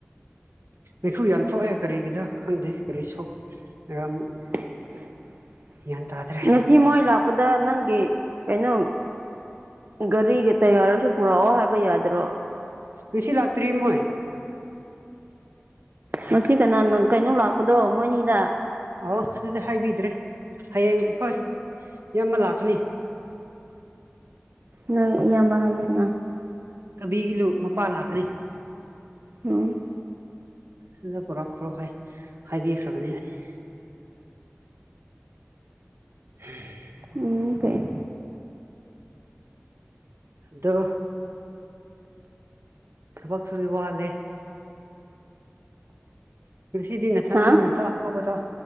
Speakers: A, on the right; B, on the right.
A: ꯃꯤꯈꯨ ꯌꯥꯝ ꯊꯣꯛꯑꯦ ꯀꯔꯤꯒꯤꯗ ꯈꯪꯗꯦ ꯀꯔꯤ ꯁꯣꯛꯔ ꯑꯃꯨꯛ
B: <inaudible>
A: ꯌꯥꯟ ꯇꯗ꯭ꯔꯦ
B: ꯍꯤ ꯃꯣꯏ ꯂꯥꯛꯄꯗ ꯅꯪꯒꯤ ꯀꯩꯅꯣ ꯒꯥꯔꯤꯒꯤ ꯇꯌꯥꯔꯁꯨ ꯄꯨꯔꯛꯑꯣ ꯍꯥꯏꯕ ꯌꯥꯗ꯭ꯔꯣ
A: ꯉꯁꯤ ꯂꯥꯛꯇ꯭ꯔꯤ ꯃꯣꯏ
B: ꯉꯁꯤ ꯀꯅꯥ ꯅꯪ ꯀꯩꯅꯣꯝ ꯂꯥꯛꯄꯗꯣ ꯃꯣꯏꯅꯤꯗ
A: ꯑꯣ ꯑꯗꯨꯗꯤ ꯍꯥꯏꯕꯤꯗ꯭ꯔꯦ ꯍꯌꯦꯡ ꯑꯩꯈꯣꯏ ꯏꯌꯥꯝꯕ ꯂꯥꯛꯀꯅꯤ
B: ꯅꯪ ꯏꯌꯥꯝꯕ ꯍꯥꯏꯅ ꯀꯥꯅ
A: ꯀꯕꯤꯒꯤꯂꯨ ꯃꯄꯥ ꯂꯥꯛꯀꯅꯤ
B: ꯑꯣ
A: ꯑꯗꯨꯗ ꯄꯨꯔꯛꯈ꯭ꯔꯣ ꯍꯥꯏ ꯍꯥꯏꯕꯤꯈ꯭ꯔꯕꯅꯦ ꯑꯩ <inaudible>
B: ꯎꯝ ꯀꯩ
A: ꯑꯗꯣ ꯊꯕꯛꯁꯨꯨꯗꯤ ꯋꯥꯠꯂꯦ ꯉꯁꯤꯗꯤ ꯅꯊꯟꯅꯤꯅ
B: ꯍꯥ
A: ꯆꯥꯛ ꯑꯍꯥꯎꯕ ꯆꯥꯎ